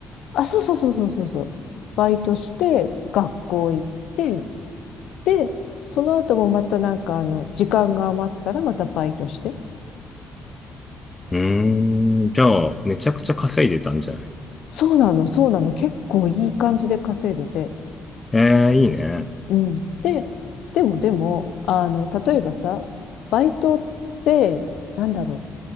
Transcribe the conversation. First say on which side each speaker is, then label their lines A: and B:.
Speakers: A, on the left; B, on the left.
A: あ、そうそうそうそうそうそう。バイトして、学校行って、で、その後もまたなんかあの、時間が余ったらまたバイトして。
B: うーん、じゃあ、めちゃくちゃ稼いでたんじゃない
A: そうなの、そうなの。結構いい感じで稼いでて。
B: ええ、いいね。
A: うん。で、でもでも、あの、例えばさ、バイトって、なんだろう。